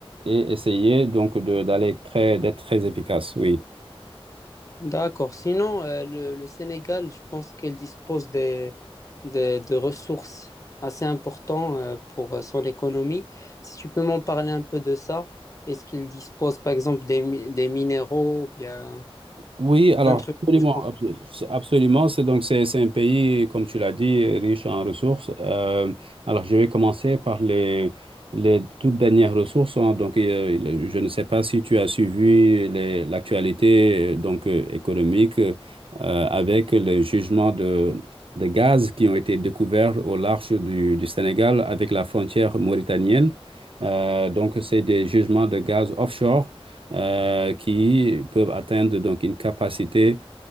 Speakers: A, on the right; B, on the left.
A: et essayer donc de- d'aller très, d'être très efficace, oui.
B: D'accord. Sinon, euh, le, le Sénégal, je pense qu'il dispose des, des- de ressources assez importantes euh, pour euh, son économie. Si tu peux m'en parler un peu de ça, est-ce qu'il dispose par exemple des, mi- des minéraux ou bien
A: Oui, alors
B: d'un truc
A: absolument,
B: du genre?
A: abso- c'est- absolument. C'est donc c'est c'est un pays, comme tu l'as dit, riche en ressources. Euh, alors je vais commencer par les les toutes dernières ressources. hein. Donc euh, il- je ne sais pas si tu as suivi les- l'actualité euh, donc euh, économique euh, avec les jugements de de gaz qui ont été découverts au large du, du Sénégal avec la frontière mauritanienne. Euh, donc c'est des jugements de gaz offshore euh, qui peuvent atteindre donc une capacité